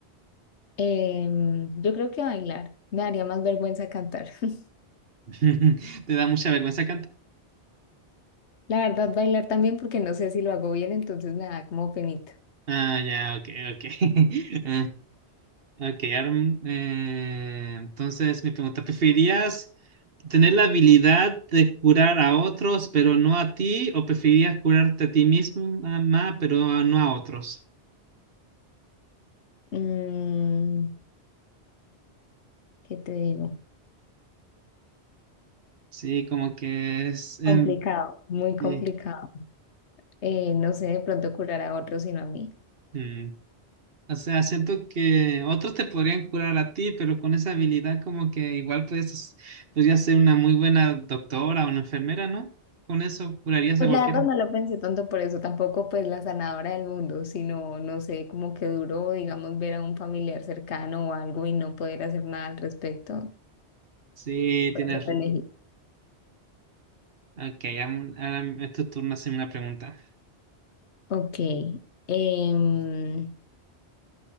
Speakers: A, on the left; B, on the right.
A: Em, yo creo que bailar. Me daría más vergüenza cantar. <laughs>
B: <laughs> ¿Te da mucha vergüenza
A: La verdad, bailar también porque no sé si lo hago bien, entonces me da como penita.
B: Ah, ya, ok, ok. <laughs> Ah, Ok, Arm, eh, entonces mi pregunta, ¿preferirías tener la habilidad de curar a otros, pero no a ti? ¿O preferirías curarte a ti mismo, mamá, pero no a otros?
A: Mm, ¿qué te digo?
B: Sí, como que es... em,
A: Complicado, muy complicado.
B: sí,
A: Eh, no sé, de pronto curar a otros, sino a mí.
B: mm. O sea, siento que otros te podrían curar a ti, pero con esa habilidad como que igual puedes, podrías ser una muy buena doctora o una enfermera, ¿no? Con eso curarías
A: Pues
B: a cualquiera.
A: la verdad no lo pensé tanto por eso, tampoco pues la sanadora del mundo, sino, no sé, como que duro, digamos, ver a un familiar cercano o algo y no poder hacer nada al respecto.
B: Sí,
A: Por
B: tienes...
A: eso lo elegí.
B: Ok, am- ahora es tu turno hacerme una pregunta.
A: Ok. em,